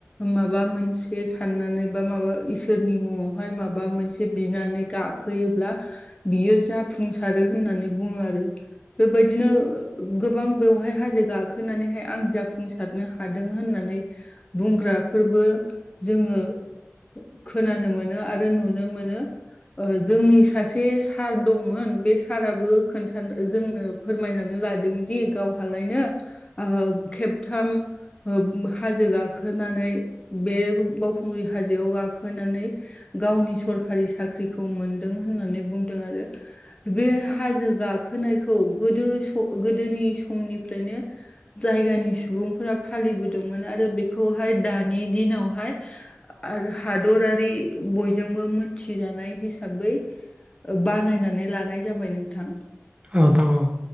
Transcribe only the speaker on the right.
<unintelligible> <unintelligible> <inaudible>
औ नोंथां औ